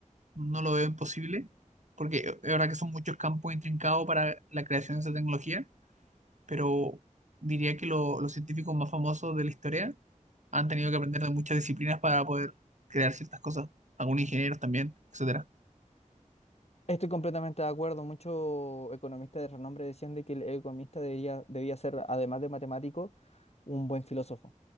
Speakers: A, on the right; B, on the left.
A: no lo veo imposible. Porque es verdad que son muchos campos intrincados para la creación de esa tecnología. pero diría que lo- los científicos más famosos de la historia han tenido que aprender de muchas disciplinas para poder crear ciertas cosas, algunos ingenieros también, etcétera.
B: Estoy completamente de acuerdo. Muchos economistas de renombre decían de que el economista debía, debía ser, además de matemático, un buen filósofo.